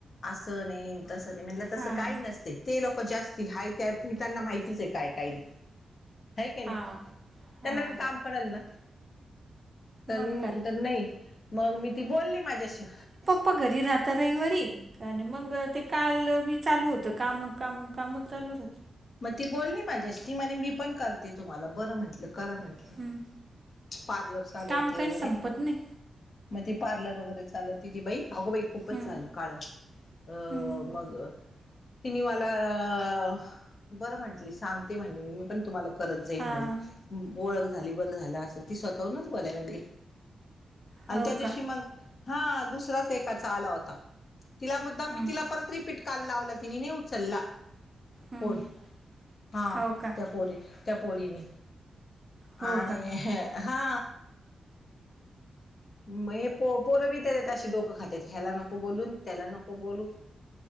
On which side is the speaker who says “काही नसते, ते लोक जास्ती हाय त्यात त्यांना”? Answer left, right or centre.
Left